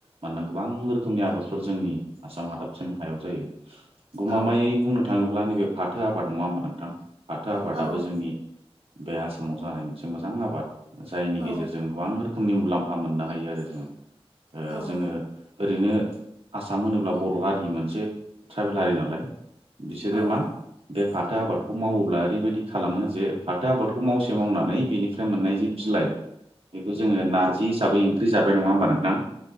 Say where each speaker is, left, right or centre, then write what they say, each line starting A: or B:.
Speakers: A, on the right (about 65°); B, on the right (about 85°).
A: मानोना गोबां रोखोमनि आबादफोर जोंनि आसाम हादाबसानि हायाव जायो। गमामायै
B: औ
A: बुंनो थांङोब्ला नैबे फाथो आबाद नंङा होमबा नोंथां फाथो आबादाबो
B: औ
A: जोंनि बे आसामाव जानाय मोनसे मोजां आबाद जायनि
B: औ
A: गेजेरजों गोबां रोखोमनि मुलाम्फा मोननो हायो आरो जोंङो ओ
B: औ
A: जोंङो ओरैनो आसाम होनोब्ला बर' हारि मोनसे ट्राइबेल हारि नालाय बिसोरो
B: औ
A: मा बे फाथो आबादखौ मावोब्ला ओरैबायदि खालामो जे फाथो आबादखौ मावसे मावनानै बेनिफ्राय मोननाय जि बिलाइ बेखौ जोंङो नारजि हिसाबै ओंख्रि जाबाय नंङा होमबा नोंथां?